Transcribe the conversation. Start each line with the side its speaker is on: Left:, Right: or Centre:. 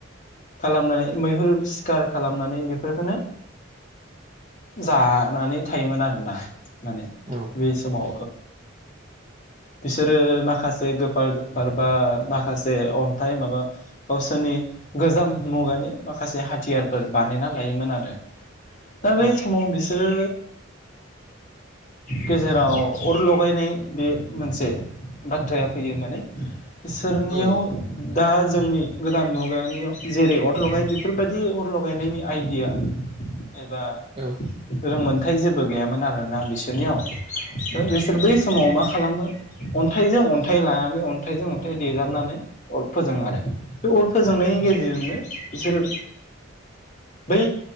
Left: खालामनानै मैहुर सिखार खालामनानै बेफोरखौनो जानानै थायोमोन आरोना माने
Right: औ
Left: बे समाव बिसोरो माखासे गोफार गोफार बा माखासे अन्थाइ माबा गावसोरनि गोजाम मुगानि माखासे हाथियारफोर बानायना लायोमोन आरो दा बै
Right: औ
Left: समाव बिसोरो गेजेराव अर लगायनाय बे मोनसे बाथ्राया फैयो माने इसोरनियाव
Right: औ
Left: दा जोंनि गोदान मुगानियाव जेरै अर लगाय बेफोरबायदि अर लगायनायनि आइडिया एबा
Right: औ
Left: रोंमोन अन्थाइ जेबो गैयामोन आरोना बिसोरनियाव दा बिसोर बै समाव मा खालामो अन्थाइजों अन्थाइ लानानै अन्थाइजों अन्थाइ देेजाबनानै अर फोजोङो आरो बे अर फोजोंनायनि
Right: औ
Left: गेजेरजोंनो बिसोरो बै